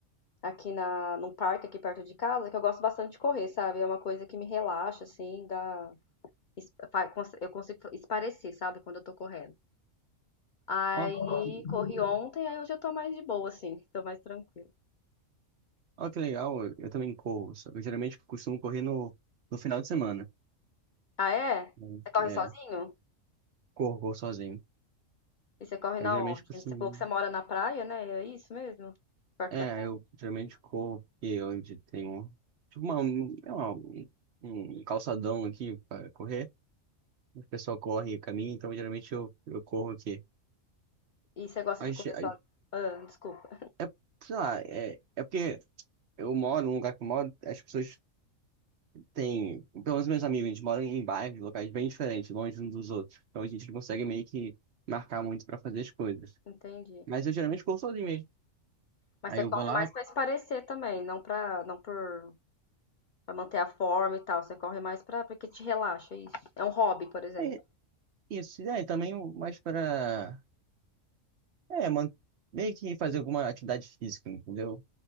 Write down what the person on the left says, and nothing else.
aqui na num parque aqui perto de casa, que eu gosto bastante de correr, sabe? É uma coisa que me relaxa assim, dá fa- cons- eu consigo esparecer, sabe, quando eu tô correndo. Aí
Uhum.
corri ontem, aí hoje eu tô mais de boa assim, tô mais tranquila.
Ah, é?
Você corre
sozinho?
E você corre na
onde?
Você falou que você mora na praia, né? É isso mesmo? Perto
da praia.
E você gosta
de correr
sozinho? Ah, desculpa.
Entendi.
Mas
você
corre
mais pra esparecer também, não pra, não por para manter a forma e tal. Você corre mais pra porque te relaxa é isso. É um hobby, por exemplo.